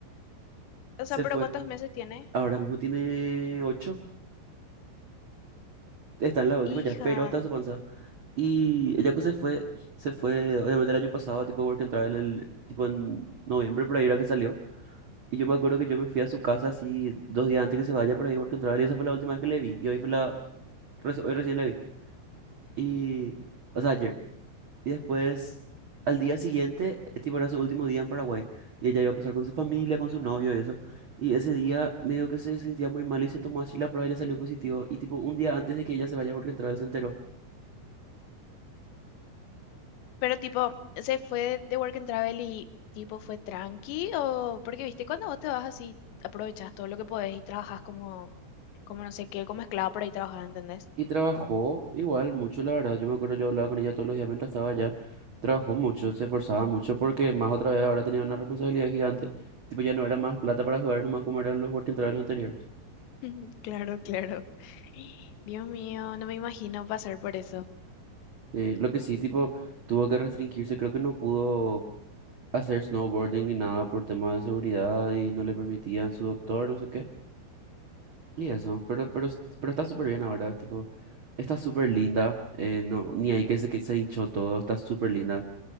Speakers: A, on the left (about 70°); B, on the right (about 85°).
A: O
B: se
A: sea, pero
B: fue.
A: ¿cuántos meses tiene?
B: Ahora mismo tiene ocho está en la última
A: Hija.
B: ya, pero hasta su panza. Y el Yaku se fue, se fue, obviamente el año pasado, tipo Work and Travel, el, tipo en noviembre por ahí era que salió. Y yo me acuerdo que yo me fui a su casa así dos días antes que se vaya por ahí Work and Travel y esa fue la última vez que le vi. Y hoy fue la, reci- hoy recién le vi. Y, o sea, ayer. Y después, al día siguiente, eh, tipo era su último día en Paraguay. Y ella iba a pasar con su familia, con su novio y eso. Y ese día medio que se sentía muy mal y se tomó así la prueba y le salió positivo. Y tipo un día antes de que ella se vaya a Work and Travel se enteró.
A: Pero tipo, ¿se fue de work and travel y tipo fue tranqui? O porque viste, cuando vos te vas así, aprovechas todo lo que podés y trabajas como, como no sé qué, como esclava por ahí trabajas, ¿entendés?
B: Y trabajó igual mucho, la verdad. Yo me acuerdo, yo hablaba con ella todos los días mientras estaba allá. Trabajó mucho, se esforzaba mucho porque más otra vez ahora tenía una responsabilidad gigante. Tipo, ya no era más plata para jugar, nomás como eran los working travels anteriores.
A: <laughs> Claro, claro. Dios mío, no me imagino pasar por eso.
B: Eh, lo que sí, tipo, tuvo que restringirse. Creo que no pudo hacer snowboarding ni nada por temas de seguridad y no le permitían su doctor, no sé qué. Y eso, pero, pero, es- pero está súper bien ahora, tipo, está súper linda. eh, no, ni ahí que se, que se hinchó todo, está súper linda.